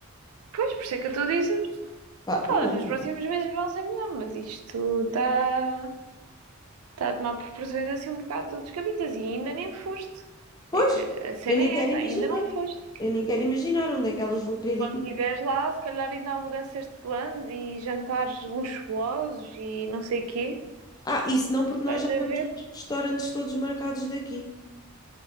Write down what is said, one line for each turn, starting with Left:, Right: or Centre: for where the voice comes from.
Right: Pois, por isso é que eu estou a dizer.
Left: Pá,
Right: Opa,
Left: não.
Right: nos próximos meses vão ser melhor, mas isto está tá a tomar proporções assim um bocado descabidas e ainda nem foste. É
Left: Pois,
Right: que a cena
Left: eu nem
Right: é
Left: quero
Right: essa,
Left: imaginar.
Right: ainda não foste.
Left: Eu nem quero imaginar onde é que elas vão querer
Right: Quando
Left: ir
Right: estiveres lá, se calhar ainda há mudanças de planos e jantares luxuosos e não sei o quê.
Left: Ah, isso não, porque nós
Right: Vais
Left: já vamos
Right: a ver.
Left: aos restaurantes todos marcados daqui.